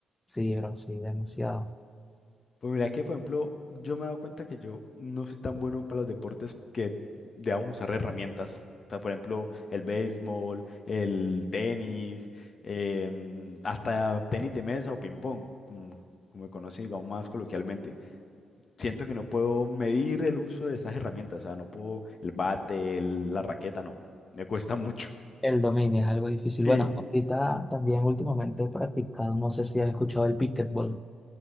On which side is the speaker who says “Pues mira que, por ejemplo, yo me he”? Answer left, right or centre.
Left